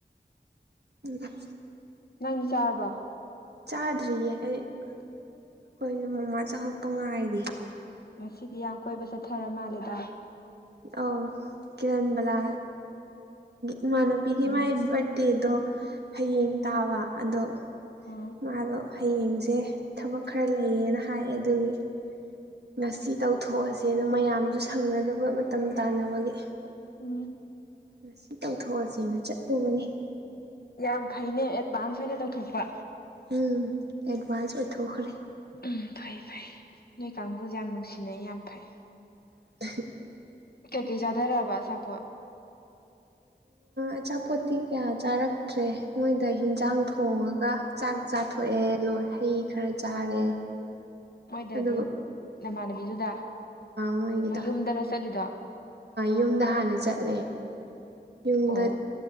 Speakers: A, on the right; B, on the left.
A: ꯎꯝ
B: ꯅꯪꯗꯤ ꯆꯥꯔꯕꯣ
A: ꯆꯥꯗ꯭ꯔꯤꯌꯦ ꯑꯩ ꯑꯩꯈꯣꯏꯁꯨ ꯃꯃꯥ ꯆꯪꯉꯛꯄ ꯉꯥꯏꯔꯤ
B: ꯉꯁꯤꯗꯤ ꯌꯥꯝ ꯀꯣꯏꯕ ꯆꯠꯊꯔ ꯃꯥꯜꯂꯦꯗ
A: ꯑꯧ ꯀꯤꯔꯟꯕꯥꯂꯥ ꯏꯃꯥꯟꯅꯄꯤꯒꯤ
B: ꯎꯝ
A: ꯃꯥꯏ ꯕꯥꯔꯗꯦꯗꯣ ꯍꯌꯦꯡ ꯇꯥꯕ ꯑꯗꯣ
B: ꯑꯣꯥ
A: ꯃꯥꯗꯣ ꯍꯌꯦꯡꯖꯦ ꯊꯕꯛ ꯈꯔ ꯂꯩꯌꯦꯅ ꯍꯥꯏꯌꯦ ꯑꯗꯨꯒꯤ ꯉꯁꯤ ꯇꯧꯊꯣꯛꯑꯁꯦꯅ ꯃꯌꯥꯝꯁꯨ ꯁꯪꯅꯗꯕ ꯃꯇꯝ ꯇꯥꯟꯅꯕꯒꯤ
B: ꯎ
A: ꯉꯥꯁꯤ ꯇꯧꯊꯣꯛꯑꯁꯦꯅ ꯆꯠꯂꯨꯕꯅꯦ
B: ꯌꯥꯝ ꯐꯩꯅꯦ ꯑꯦꯗꯚꯥꯟꯁ ꯑꯣꯏꯅ ꯇꯧꯊꯣꯛꯄ
A: ꯎꯝ ꯑꯦꯗꯚꯥꯟꯁ ꯑꯣꯏꯊꯣꯛꯈ꯭ꯔꯦ
B: ꯎꯝ ꯐꯩ ꯐꯩ ꯅꯣꯏ ꯀꯥꯡꯕꯨ ꯌꯥꯝ ꯅꯨꯡꯁꯤꯅꯩ ꯌꯥꯝ ꯐꯩ
A: <unintelligible>
B: ꯀꯩꯀꯩ ꯆꯥꯗꯔꯑꯕ ꯑꯆꯥꯄꯣꯠ
A: ꯑꯆꯥꯄꯣꯠꯇꯤ ꯀꯌꯥ ꯆꯥꯔꯛꯇ꯭ꯔꯦ ꯃꯣꯏꯗ ꯍꯟꯖꯥꯡ ꯊꯣꯡꯉꯒ ꯆꯥꯛ ꯆꯥꯊꯣꯛꯑꯦ ꯂꯣꯏ ꯍꯩ ꯈꯔ ꯆꯥꯔꯦ
B: ꯃꯣꯏꯗꯥꯗꯤ
A: ꯑꯗꯨꯒ
B: ꯅꯃꯥꯟꯅꯕꯤꯗꯨꯗ
A: ꯃꯣꯏꯒꯤꯗ
B: ꯃꯣꯏ ꯌꯨꯝꯗꯥꯔꯣ ꯆꯠꯂꯤꯗꯣ
A: ꯌꯨꯝꯗ ꯍꯥꯟꯅ ꯆꯠꯂꯦ ꯌꯨꯝꯗ
B: ꯑꯣ